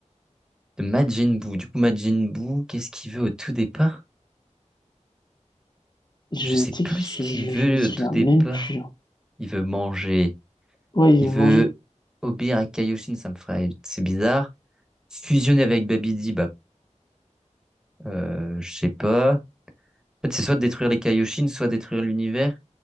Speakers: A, in the centre; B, on the left.
A: De Majin Buu. Du coup, Majin Buu, qu'est-ce qu'il veut au tout départ?
B: Je,
A: Je sais
B: tu
A: plus
B: sais,
A: ce qu'il
B: je,
A: veut
B: je- je me souviens
A: au tout départ.
B: même plus. hein.
A: Il veut manger.
B: Ouais, il
A: Il
B: veut
A: veut
B: manger.
A: obéir à Kaioshin, ça me ferait, c'est bizarre. Fusionner avec Babidi, bah, euh, je sais pas. En fait, c'est soit détruire les Kaioshin, soit détruire l'univers.